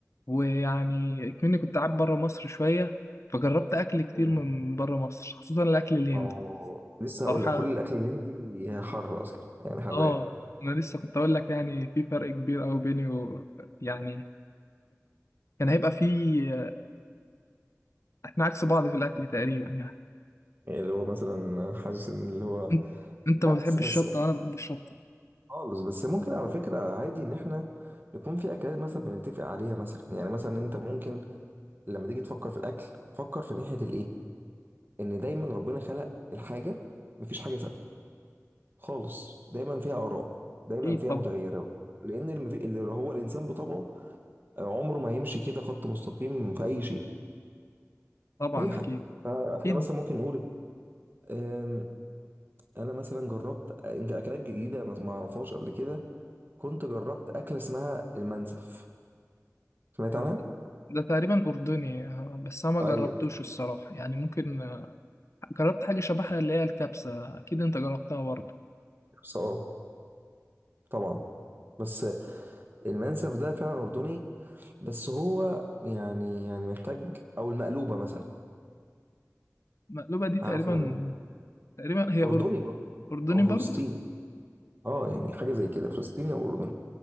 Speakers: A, on the left; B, on the right.
A: ويعني كمني كنت قاعد بره مصر شويه فجربت اكل كتير
B: مم.
A: من بره مصر خصوصا الاكل الهندي
B: ما هو لسه
A: صراحه
B: هقول لك كل الاكل الهندي حر اصلا يعني حراق
A: اه انا لسه كنت اقول لك يعني في فرق كبير قوي بيني و... يعني كان هيبقى في احنا عكس بعض في الاكل تقريبا يعني
B: يعني اللي هو مثلا حاسس ان اللي هو
A: انت انت
B: لا
A: ما
B: بس
A: بتحبش
B: بس
A: الشطه انا بحب الشطه
B: خالص بس ممكن على فكرة عادي ان احنا يكون في اكلات مثلا بنتفق عليها مثلا يعني مثلا انت ممكن لما تيجي تفكر في الاكل فكر في ناحية الايه ان دايما ربنا خلق الحاجة مفيش حاجة ثابتة خالص دايما فيها اراء دايما
A: اكيد
B: فيها
A: طبعا
B: متغيرات لان المفي... اللي هو الانسان بطبعه عمره ما هيمشي كده خط مستقيم في اي شيء
A: طبعا
B: اي حاجة
A: اكيد
B: ف- فاحنا
A: اكيد
B: مثلا ممكن نقول أم، انا مثلا جربت انت اكلات جديدة ما ما اعرفهاش قبل كده كنت جربت اكلة اسمها المنسف سمعت
A: آه،
B: عنها
A: ده ده تقريبا اردني آه، بس انا ما جربتوش
B: ايوه
A: الصراحه يعني ممكن جربت حاجة شبهها اللي هي الكبسة أكيد أنت جربتها برضه
B: بس اه طبعا بس المنسف ده فعلا اردني بس هو يعني يعني محتاج او المقلوبه مثلا
A: المقلوبة دي تقريبا
B: عارف المقلوبه
A: تقريبا هي
B: اردني
A: أر-
B: برضه
A: أردني
B: او فلسطيني
A: برضه
B: اه يعني حاجه زي كده فلسطيني او اردني